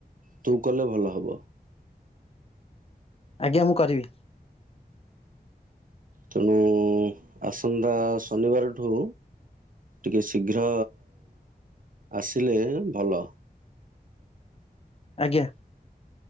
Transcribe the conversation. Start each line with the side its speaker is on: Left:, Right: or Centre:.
Right: ତୁ କଲେ ଭଲ ହବ।
Left: ଆଜ୍ଞା ମୁଁ କରିବି।
Right: ତେଣୁ ଆସନ୍ତା ଶନିବାରଠୁ। ଟିକେ ଶୀଘ୍ର ଆସିଲେ ଭଲ। <unintelligible>
Left: ଆଜ୍ଞା।